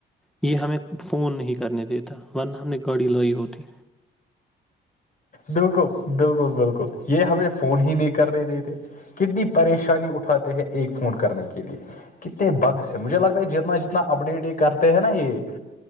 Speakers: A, in the centre; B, on the left.
A: یہ ہمیں فون نہیں کرنے دیتا ورنہ ہم نے گاڑی لائی ہوتی
B: بالکل بالکل بالکل یہ ہمیں فون ہی نہیں کرنے دیتے کتنی پریشانی اٹھاتے ہیں ایک فون کرنے کے لیے کتنے بگس ہے مجھے لگتا ہے جتنا جتنا اپڈیٹ یہ کرتے ہیں نا یہ